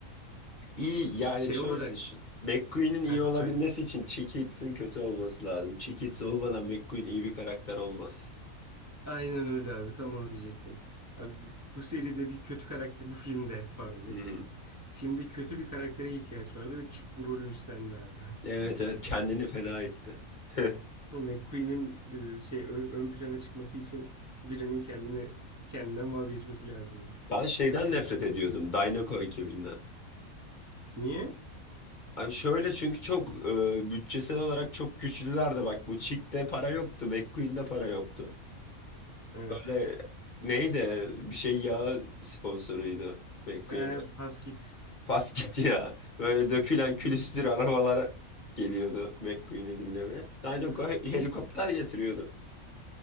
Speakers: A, on the left; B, on the right.
A: iyi yani
B: şey
A: şöyle
B: olarak
A: düşün. McQueen'in iyi
B: Heh,
A: olabilmesi
B: söyle.
A: için Cheekitz'in kötü olması lazım. Cheekitz olmadan McQueen iyi bir karakter olmaz.
B: Aynen öyle abi. Tam onu diyecektim. Abi bu seride bir kötü karakter, bu filmde pardon ne
A: Hı
B: serisi?
A: hı.
B: Filmde kötü bir karaktere ihtiyaç vardı ve Chick bu rolü üstlendi abi.
A: Evet
B: <laughs>
A: evet kendini feda etti. <laughs>
B: McQueen'in e, şey ön, ön plana çıkması için birinin kendini kendinden vazgeçmesi lazımdı.
A: Ben şeyden
B: <laughs>
A: nefret ediyordum Dynaco ekibinden.
B: Niye?
A: Abi şöyle çünkü çok e, bütçesel olarak çok güçlülerdi bak bu Chick'te para yoktu, McQueen'de para yoktu.
B: Evet.
A: Böyle neydi bir şey yağı sponsoruydu McQueen'e.
B: Ee, pas git.
A: Pas gitti ya. Böyle dökülen külüstür arabalar geliyordu McQueen'i dinleme. Dinoco he-
B: <laughs>
A: helikopter getiriyordu.